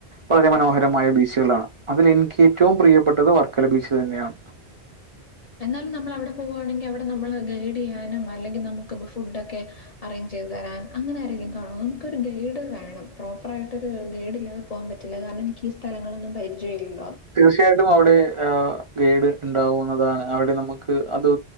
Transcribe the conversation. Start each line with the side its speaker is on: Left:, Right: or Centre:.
Right: വളരെ മനോഹരമായ ബീച്ചുകളാണ് അതിൽ എനിക്ക് ഏറ്റവും പ്രിയപ്പെട്ടത് വർക്കല ബീച്ച് തന്നെയാണ്
Left: എന്നാലും നമ്മളവിടെ പോവുകുയാണെങ്കിൽ അവിടെ നമ്മള് ഗൈഡ് ചെയ്യാനും അല്ലെങ്കിൽ നമുക്ക് ഫുഡൊക്കെ അറേഞ്ച് ചെയ്ത് തരാനും അങ്ങനെ ആരെങ്കിലും കാണോ നമുക്കൊരു ഗൈഡ് വേണം പ്രോപ്പർ ആയിട്ടൊര് ഗൈഡ്ല്ലാതെ പോകാൻ പറ്റില്ല കാരണം എനിക്കീ സ്ഥലങ്ങളൊന്നും പരിചയല്ലല്ലോ
Right: തീർച്ചയായിട്ടും അവിടെ ആ ഗൈഡ് ണ്ടാവുന്നതാണ്. അവിടെ നമുക്ക് അത്